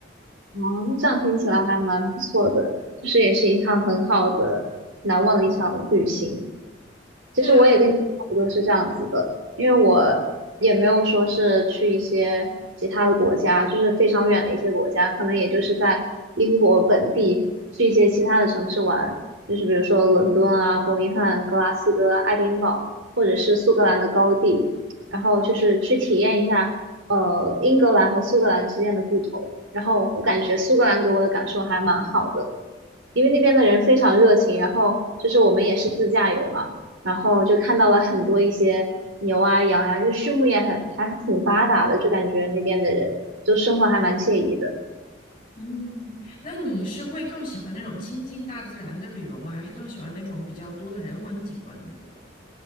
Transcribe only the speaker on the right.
哦，那这样听起来还蛮不错的，就是也是一趟很好的、难忘的一场旅行。其实我也跟你差不多是这样子的，
因为我也没有说是去一些其他的国家，就是非常远的一些国家，可能也就是在英国本地去一些其他的城市玩，就是比如说伦敦啊、伯明翰、格拉斯哥、爱丁堡，或者是苏格兰的高地，然后就是去体验一下呃英格兰和苏格兰之间的不同。然后我感觉苏格兰给我的感受还蛮好的。因为那边的人非常热情，然后就是我们也是自驾游嘛，然后就看到了很多一些牛啊、羊啊，就是畜牧业很还挺发达的，就感觉那边的人就生活还蛮惬意的。